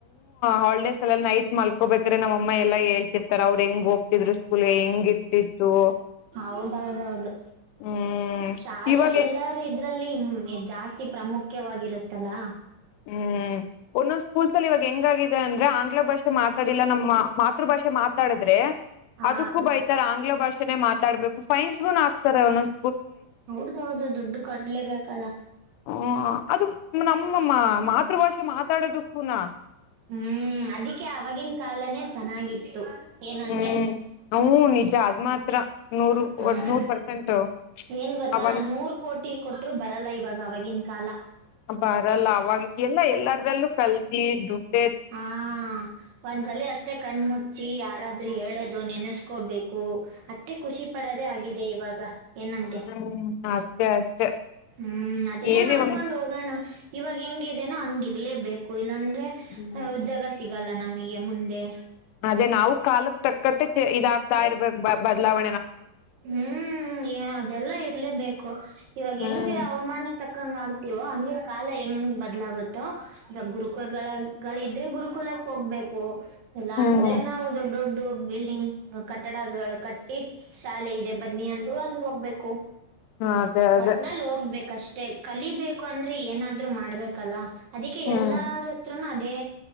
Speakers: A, on the left (about 85°); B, on the right (about 70°).
A: ಹಾಲಿಡೇಸ್ ಎಲ್ಲ ನೈಟ್ ಮಲ್ಕೋಬೇಕಾರೆ ನಮ್ಮ ಅಮ್ಮ ಎಲ್ಲ ಹೇಳ್ತಿರ್ತಾರೆ ಅವ್ರು ಹೆಂಗ್ ಹೋಗ್ತಿದ್ರು ಸ್ಕೂಲ್ಗೆ ಹೆಂಗ್ ಗಿ್ದಿತ್ತು
B: ಹೌದೌದೌದು
A: ಹ್ಮ್
B: ಶಾಲೆ
A: ಇವಾಗ
B: ಎಲ್ಲಾರ ಇದ್ರ ಇದರಲ್ಲಿ ಜಾಸ್ತಿ ಪ್ರಾಮುಖ್ಯವಾಗಿರುತ್ತಲ್ಲಾ
A: ಹ್ಮ್ ಒಂದೊಂದ್ ಸ್ಕೂಲ್ಸ್ ಅಲ್ಲಿ ಇವಾಗ ಹೆಂಗಾಗಿದೆ ಅಂದ್ರೆ ಆಂಗ್ಲ ಭಾಷೆ ಮಾತಾಡಿಲ್ಲ ನಮ್ಮ್ ಮಾೃ ಭಾಷೆ ಮಾತಾಡಿದ್ರೆ
B: ಹಾ
A: ಅದಕ್ಕೂ ಬೈತಾರೆ ಆಂಗ್ಲ ಭಾಷೆ ನೆ ಮಾತಾಡ್ಬೇಕು ೈನ್ಸ್ ಬನ್ ಹ ಆಕ್ತಾರೆ ಒಂದೊಂದ
B: ಹೌದೌದು ದುಡ್ಡು ಕಡ್ಲೇಬೇಕಲ್ಲ
A: ಹ ಅದು ನಮ್ಮ ಮಾತೃಭಾಷೆ ಮಾತಾಡೋದುನ
B: ಹ್ಮ್ ಅದಕ್ಕೆ ಆವಾಗಿನ್ ಕಾಲನೇ ಚೆನ್ನಾಗಿತ್ತು ಏನಂತಯ
A: ಹ್ಮ್ ಹೂ ನಿಜ ಆದ್ ಮಾತ್ರ ನೂರು
B: ಹ್ಮ್
A: ನೂರ್ ಪರ್ಸೆಂಟ್
B: ಏನ್ ಗೊತ್ತಾ
A: ಅವಾಗ
B: ನೂರ್ ಕೋಟಿ ಕೊಟ್ಟರು ಬರಲ್ಲ ಇವಾಗ ಅವವಾಗಿಂತ ಕಾಲ
A: ಬಾರಲ್ಲ ಅವಾಗ ಎಲ್ಲ ಎಲ್ಲದ್ರಲ್ಲೂ ಕಲ್ತಿ ದುಡ್
B: ಹಾ ಒಂದ್ಸಲ ಅಷ್ಟೇ ಕಣ್ಮುಚ್ಚಿ ಯಾರಾದ್ರೂ ಹೇಳದ್ ದು ನೆನೆಸ್ಕೋಬೇಕು ಅತ್ತೆ ಖುಷಿ ಪಡದೇ ಆಗಿದೆ ಇವಾಗ ಏನಂತ್ಯ
A: ಹ್ಮ ಅಷ್ಟೇ ಅಷ್ಟೇ
B: ಹ್ಮ್ ಅದನ್ನೇ
A: ಏನ್
B: ಮಾಡ್ಕೊಂಡ್
A: ಇವಾಗ
B: ಹೋಗೋಣ ಇವಾಗ ಹೆಂಗಿದೇನೋ ಹಂಗ ಇರ್ಲೇಬೇಕು ಇಲ್ಲಾಂದ್ರೆ
A: ಹ್ಮ್
B: ಉದ್ಯೋಗ ಸಿಗಲ್ಲ ನಮಗೆ ಮುಂದೆ
A: ಅದೇ ನಾವು ಕಾಲಕ್ ತಕ್ಕತ್ತೆ ಇದಾಗ್ತಾ ಇರ್ಬೇಕು ಬದಲಾವ
B: ಹ್ಮ್ ಅದೆಲ್ಲ ಇರ್ಲೇಬೇಕು ಇವಾಗ
A: ಹ್ಮ್
B: ಹೆಂಗೆ ಅವಮಾನ ತಕ್ಕಂಗ ಆಗ್ತಿವೋ ಹಂಗೆ ಕಾಲ ಹೆಂಗ್ ಬದ್ಲಾಗುತ್ತೋ ಇವಾಗ ಗುರುಕುಗಳ ಗಳಿದ್ರೆ ಗುರುಕುಲಕ್ಕೆ ಹೋಗ್ಬೇಕು ಎಲ್ಲಾ
A: ಹ್ಮ್
B: ಅಂದ್ರೆ ನಾವು ದೊಡ್ಡ ದೊಡ್ಡ ಬಿಲ್ಡಿಂಗ್ ಕಟ್ಟಡಗಳು ಕಟ್ಟಿ ಶಾಲೆ ಇದೆ ಬನ್ನಿ ಅಂದ ಅಲ್ಲಿ ಹೋಗ್ಬೇಕು
A: ಅದೇ ಅದೇ
B: ಒಟ್ನಾಲ್ಲಿ ಹೋಗ್ಬೇಕಷ್ಟೆ ಕಲಿಬೇಕು ಅಂದ್ರೆ ಏನಾದ್ರು ಮಾಡ್ಬೇಕಲ್ಲ ಅದಕ್ಕೆ
A: ಹ್ಮ್
B: ಎಲ್ಲಾರತ್ರ ಅದೇ